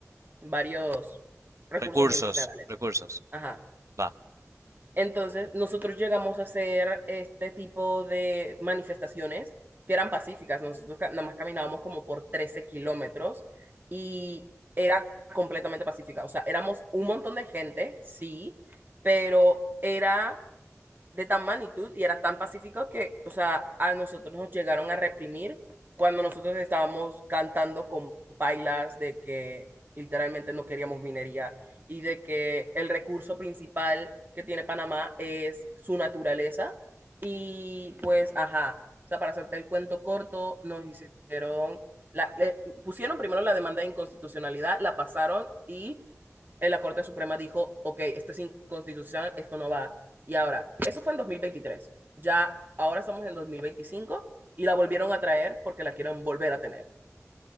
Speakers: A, on the right; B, on the right.
A: varios recursos
B: Recursos,
A: minerales.
B: recursos.
A: Ajá.
B: Va.
A: Entonces, nosotros llegamos a hacer este tipo de manifestaciones que eran pacíficas. Nosotros ca- nada más caminábamos como por 13 kilómetros y era completamente pacífica. O sea, éramos un montón de gente, sí, pero era de tan magnitud y era tan pacífico que, o sea, a nosotros nos llegaron a reprimir cuando nosotros estábamos cantando con pailas de que literalmente no queríamos minería y de que el recurso principal que tiene Panamá es su naturaleza y pues, ajá, o sea, para hacerte el cuento corto, nos hicieron, la, eh, pusieron primero la demanda de inconstitucionalidad, la pasaron y... eh, La Corte Suprema dijo, ok, esto es inconstitucional, esto no va. Y ahora, eso fue en 2023. Ya ahora estamos en 2025 y la volvieron a traer porque la quieren volver a tener.